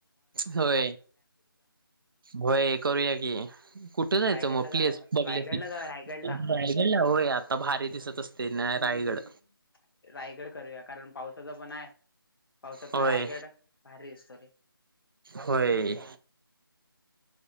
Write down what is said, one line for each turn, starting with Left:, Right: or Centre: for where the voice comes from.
Right: होय होय करूया की कुठं जायचं
Left: रायगडला
Right: मग आपलीस
Left: जाऊया
Right: बघलेस
Left: रायगडला जाऊया रायगडला
Right: रायगडला होय आता भारी दिसत असते ना
Left: हम्म
Right: रायगड
Left: रायगड करूया कारण पावसाच पण आहे पावसातन
Right: होय
Left: रायगड भारीसतोरी
Right: होय